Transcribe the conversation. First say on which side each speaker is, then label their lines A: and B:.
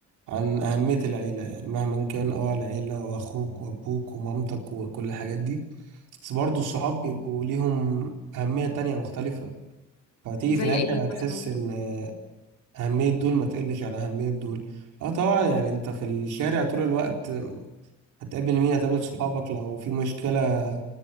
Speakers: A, on the right; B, on the left.
A: عن أهمية العيلة يعني مهما كان اه العيلة وأخوك وأبوك ومامتك وكل الحاجات دي بس برضه الصحاب بيبقوا ليهم أهمية تانية مختلفة فتيجي
B: زي
A: في الآخر
B: ايه
A: هتحس
B: مثلا
A: إن أهمية دول ما تقلش عن أهمية دول اه طبعا يعني انت في الشارع طول الوقت هتقابل مين هتقابل صحابك لو في مشكلة